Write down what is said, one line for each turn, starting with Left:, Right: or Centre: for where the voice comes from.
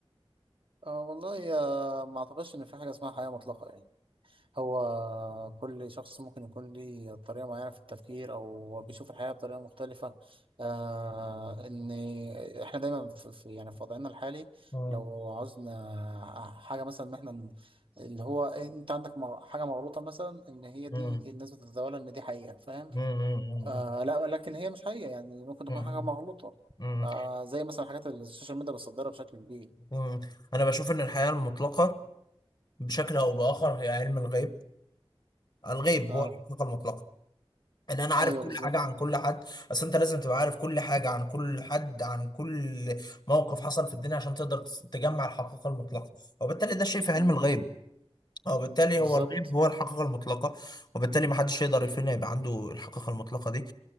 Right: آه والله آه ما اعتقدش ان في حاجة اسمها حياة مطلقة يعني هو كل شخص ممكن يكون ليه طريقة معينة في التفكير أو هو بيشوف الحياة بطريقة مختلفة آه إن إحنا دايما في في- يعني في وضعنا الحالي
Left: مم.
Right: لو عاوزنا حاجة مثلا إن إحنا ن- اللي هو أنت عندك مغ- حاجة مغلوطة مثلا إن هي
Left: مم.
Right: دي الناس بتتداولها إن دي حقيقة فاهم
Left: مم. مم.
Right: آه
Left: مم.
Right: لا لكن هي مش حقيقة يعني ممكن تكون
Left: مم.
Right: حاجة مغلوطة
Left: مم.
Right: آه زي مثلا حاجات السوشيال ميديا بتصدرها بشكل كبير
Left: مم. انا بشوف ان الحقيقه المطلقه بشكل او باخر هي علم الغيب الغيب
Right: اه
Left: هو الحقيقه المطلقه ان انا عارف
Right: ايوه
Left: كل
Right: بالظبط
Left: حاجه عن كل حد اصل انت لازم تبقى عارف كل حاجه عن كل حد عن كل موقف حصل في الدنيا عشان تقدر تس- تجمع الحقيقه المطلقه وبالتالي ده شيء في علم
Right: مم،
Left: الغيب وبالتالي
Right: بالظبط
Left: هو الغيب هو الحقيقه المطلقه وبالتالي ما حدش يقدر يفهم يبقى عنده الحقيقه المطلقه دي